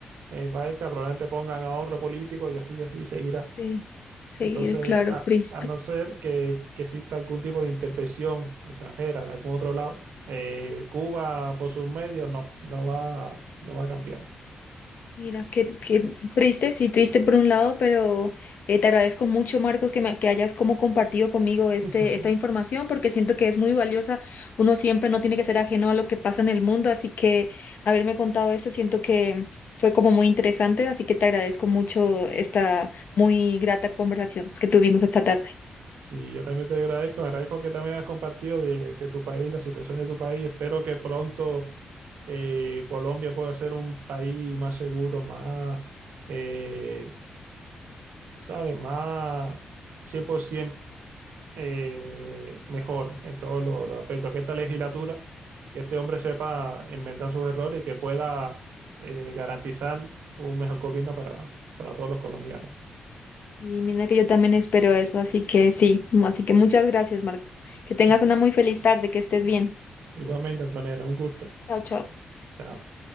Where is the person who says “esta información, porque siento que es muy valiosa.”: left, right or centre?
Left